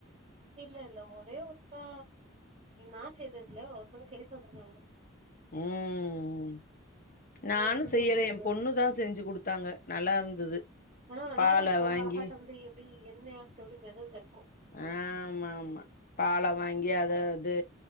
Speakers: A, on the right; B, on the left.
A: இல்ல இல்ல ஒரே ஒருக்கா நா செய்ததுல்ல ஒருத்தவங்க செய்து தந்துருகாங்க
B: ஊம் நானு
A: அது எப்டி
B: செய்யல
A: செய்யணுனு
B: என்
A: தெரியாது
B: பொண்ணுதா செஞ்சு கொடுத்தாங்க நல்லா இருந்தது
A: ஆனா நல்லாதா
B: பால
A: இருக்கு அது
B: வாங்கி
A: வழகாட்ட வந்து எப்டி எண்ணெயாட்ட எப்டி மெதந்திருக்கு
B: ஆ ஆமா ஆமா பால வாங்கி அத இது